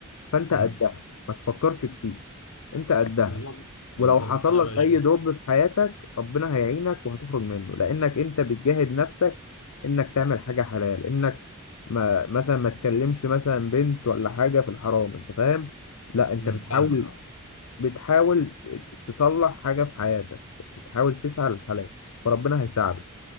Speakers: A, on the left; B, on the left.
A: فانت
B: امم
A: قدها ما تفكرش كتير انت قدها
B: بالظبط بالظبط
A: ولو حصل
B: انا
A: لك
B: بشوف
A: اي دروب في حياتك ربنا هيعينك وهتخرج منه لانك انت بتجاهد نفسك انك تعمل حاجه حلال انك ما مثلا ما تكلمش مثلا بنت ولا حاجه في الحرام انت فاهم لا انت
B: امم
A: بتحاول
B: فاهمك اه
A: بتحاول تصلح حاجه في حياتك بتحاول تسعى للحلال فربنا هيساعدك